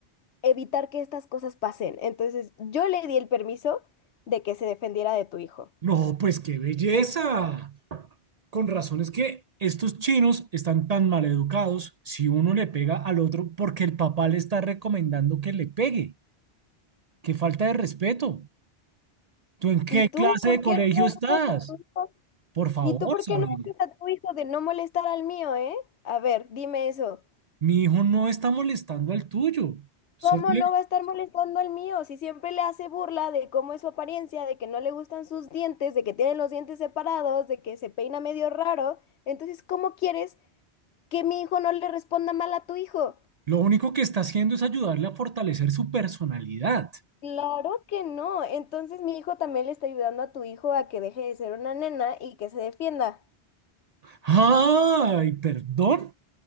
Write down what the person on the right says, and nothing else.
No, pues qué belleza. Con razón es que estos chinos están tan mal educados si uno le pega al otro porque el papá le está recomendando que le pegue. Qué falta de respeto. ¿Tú en qué
clase
de colegio
estás?
Por favor,
Sabrina.
Mi hijo no está molestando al tuyo. Solo
le-
lo único que está haciendo es ayudarle a fortalecer su personalidad.
Ay, perdón.